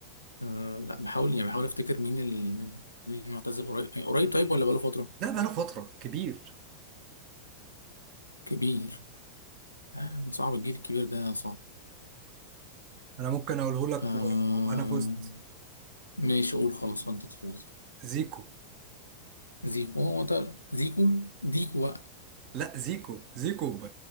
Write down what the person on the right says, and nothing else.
لا بقى انا فتره كبير
انا ممكن اقوله لك
و- وابقى انا فزت
زيكو
لا زيكو زيكو ب-